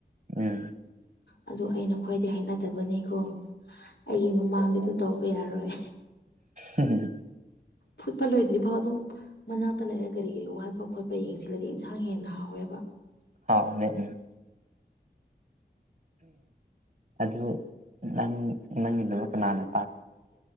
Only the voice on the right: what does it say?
ꯎꯝ
ꯍꯝ ꯍꯝ
ꯍꯥꯎꯅꯦ ꯎꯝ ꯑꯗꯨ ꯅꯪ ꯅꯪꯒꯤꯗꯨꯃꯛꯀ ꯂꯥꯟꯅ